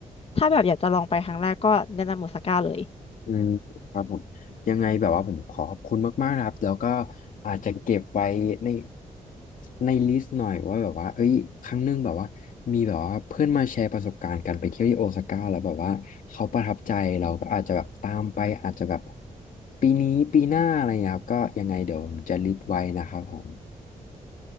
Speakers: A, on the left (about 45°); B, on the left (about 75°).
A: ถ้าแบบอยากจะลองไปครั้งแรกก็แนะนำโอซาก้าเลย
B: อืมครับผมยังไงแบบว่าผมขอขอบคุณมากๆนะครับแล้วก็อาจจะเก็บไว้ในในลิสต์หน่อยว่าแบบว่าเอ้ยครั้งหนึงแบบว่ามีแบบว่าเพื่อนมาแชร์ประสบการณ์การไปเที่ยวที่โอซาก้าแล้วแบบว่าเขาประทับใจเราก็อาจจะแบบตามไปอาจจะแบบปีนี้ปีหน้าอะไรอย่างเงี้ยครับก็ยังไงเดี๋ยวผมจะลิสต์ไว้นะครับผม